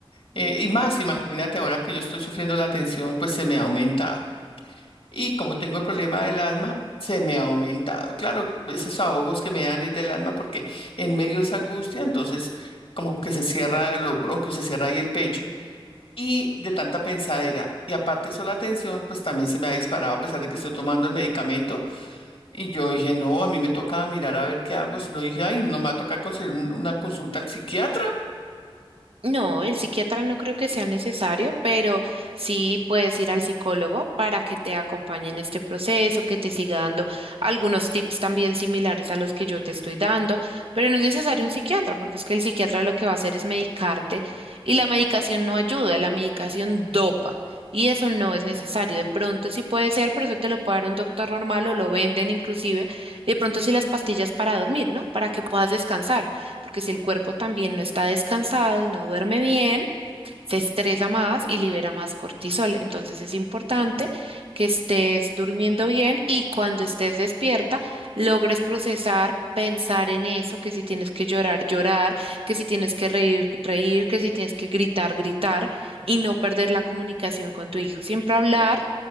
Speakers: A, on the left; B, on the right.
A: eh, y más, imagínate ahora que yo estoy sufriendo la tensión, pues se me ha aumentado. Y como tengo el problema del asma, se me ha aumentado. Claro, esos ahogos que me dan es del asma porque en medio de esa angustia, entonces como que se cierra los bronquios, se cierra ahí el pecho y de tanta pensadera. Y aparte de eso, la tensión, pues también se me ha disparado a pesar de que estoy tomando el medicamento. Y yo dije, no, a mí me toca mirar a ver qué hago. Si no, dije, ay, no me va a tocar conseguir un- una consulta al psiquiatra.
B: No, el psiquiatra no creo que sea necesario, pero sí puedes ir al psicólogo para que te acompañe en este proceso, que te siga dando algunos tips también similares a los que yo te estoy dando, pero no es necesario un psiquiatra, porque es que el psiquiatra lo que va a hacer es medicarte y la medicación no ayuda, la medicación dopa y eso no es necesario. De pronto sí puede ser, pero eso te lo puede dar un doctor normal o lo venden inclusive, y de pronto sí las pastillas para dormir, ¿no? Para que puedas descansar. Porque si el cuerpo también no está descansado y no duerme bien, se estresa más y libera más cortisol. Entonces es importante que estés durmiendo bien y cuando estés despierta, logres procesar, pensar en eso, que si tienes que llorar, llorar, que si tienes que reír, reír, que si tienes que gritar, gritar y no perder la comunicación con tu hijo. Siempre hablar